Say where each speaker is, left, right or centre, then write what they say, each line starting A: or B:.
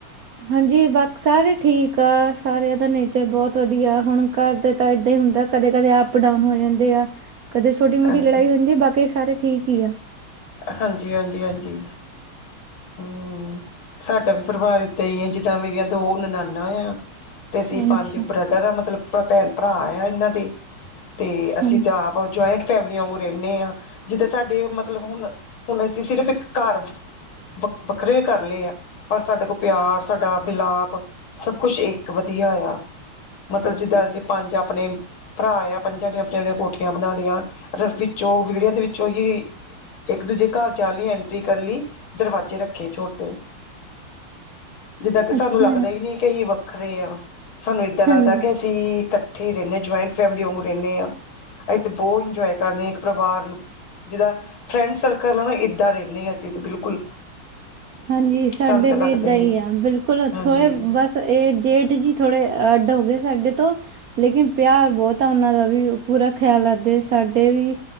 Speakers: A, on the right (about 65°); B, on the left (about 75°).
A: ਹਾਂਜੀ ਬਾਕ ਸਾਰੇ ਠੀਕ ਆ ਸਾਰਿਆਂ ਦਾ ਨੇਚਰ ਬੋਤ ਵਧੀਆ ਹੁਣ ਘਰ ਦੇ ਤਾਂ ਈਦਾਂ ਹੀ ਹੁੰਦਾ ਕਦੇ- ਕਦੇ ਅਪ-ਡਾਊਨ ਹੋ ਜਾਂਦੇ ਆ। ਕਦੇ ਛੋਟ- ਮੋਟੀ
B: ਹਾਂਜੀ
A: ਲੜਾਈ ਹੁੰਦੀ, ਬਾਕੀ ਸਾਰੇ ਠੀਕ ਈ ਆ।
B: ਹਾਂਜੀ ਹਾਂਜੀ ਹਾਂਜੀ। ਹੂੰ ਸਾਡਾ ਵੀ ਪਰਿਵਾਰ ਈਦਾਂ ਈ ਐ, ਜਿੱਦਾਂ ਮੇਰੀਆਂ ਦੋ ਨਨਾਨਾ ਆ, ਤੇ ਅਸੀਂ
A: ਅੱਛਾ,
B: ਪੰਜ ਬ ਜਿਹੜਾ ਮਤਲਬ ਭੈ-ਭੈਣ- ਭਰਾ ਆ ਇਹਨਾਂ ਦੇਤੇ ਅਸੀਂ
A: ਹਾਂਜੀ।
B: ਤੇ ਆਪ ਜਇੰਟ ਫੈਮਲੀ ਵਗੂ ਰਹਿੰਨੇ ਆ। ਜਿੱਦਾਂ ਸਾਡੇ ਮਤਲਬ ਹੁਣ-ਹੁਣ ਅਸੀਂ ਸਿਰਫ਼ ਇੱਕ ਘਰ ਵ-ਵੱਖ-ਵੱਖਰੇ ਕਰ ਲੈ ਆ। ਪਰ ਸਾਡੇ ਕੋਲ ਪਿਆਰ, ਸਾਡਾ ਮਿਲਾਪ ਸਭ ਕੁਛ ਇੱਕ ਵਧੀਆ ਆ। ਮਤਲਬ ਜਿੱਦਾਂ ਅਸੀਂ ਪੰਜ ਆਪਣੇ ਭਰਾ ਆ ਪੰਜਾਂ ਦੀ ਆਪਣੀਆਂ-ਆਪਣੀਆਂ ਕੋਠੀਆਂ ਬਣਾ ਲਈਆਂ ਰ-ਵਿੱਚੋਂ ਵਿਹੜੀਆਂ ਦੇ ਵਿੱਚੋਂ ਹੀ ਇੱਕ ਦੂਜੇ ਘਰ ਜਾਣ ਲਈ ਐਂਟਰੀ ਕਰ ਲਈ ਦਰਵਾਜ਼ੇ ਰੱਖੇ ਛੋਟੇ। ਜਿੱਦਾਂ ਕਿ ਸਾਨੂੰ
A: ਅੱਛਾ,
B: ਲੱਗਦਾ ਈ ਨੀ ਕਿ ਅਸੀਂ ਵੱਖਰੇ ਆ, ਸਾਨੂੰ ਏਦਾਂ ਲੱਗਦਾ
A: ਹਾਂਜੀ।
B: ਕਿ ਅਸੀਂ ਇਕੱਠੇ ਰਹਿੰਨੇ, ਜੁਆਇੰਟ ਫੈਮਿਲੀ ਵਾਂਗੂ ਰਹਿੰਨੇ ਆ। ਅਸੀਤੇ ਬੋਤ ਇੰਜੋਏ ਕਰਨੇ ਆ ਇੱਕ ਪਰਿਵਾਰ ਨੂੰ ਜਿਦਾ ਫਰੈਂਡ ਸਰਕਲ ਆ ਨਾ ਇੱਦਾਂ ਰਹਿੰਨੇ ਆ ਅਸੀਂ ਤੇ ਬਿਲਕੁਲ।
A: ਹਾਂਜੀ ਸਾਡੇ
B: ਸਾਨੂੰ ਤਾਂ
A: ਵੀ
B: ਲੱਗਦਾ
A: ਏਦਾਂ
B: ਹੀ
A: ਈ
B: ਨਹੀਂ
A: ਆ ਬਿਲਕੁਲ
B: ਹਾਂਜੀ
A: ਥੋੜੇ
B: ਹਾਂਜੀ
A: ਬਸ ਇਹ ਜੇਠ ਜੀ ਥੋੜੇ ਅੱਡ ਹੋ ਗਏ ਸਾਡੇ ਤੋਂ ਲੇਕਿਨ ਪਿਆਰ ਬੋਤ ਆ ਉਹਨਾਂ ਦਾ ਵੀ ਪੂਰਾ ਖਿਆਲ ਰੱਖਦੇ ਸਾਡੇ ਵੀ